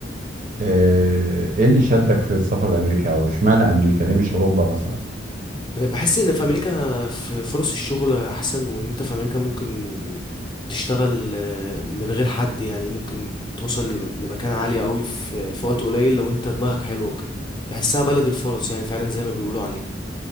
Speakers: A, on the right; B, on the left.
A: آه، إيه اللي شدك في السفر لأمريكا أو إشمعنى أمريكا؟ ليه مش أوروبا مثلا؟
B: بحس ان في امريكا في فرص الشغل احسن وان انت في امريكا ممكن تشتغل آه، من غير حد يعني ممكن توصل لم- لمكانة عالية قوي في في وقت قليل لو انت دماغك حلوة وكده بحسها بلد الفرص يعني فعلا زي ما بيقولوا عليها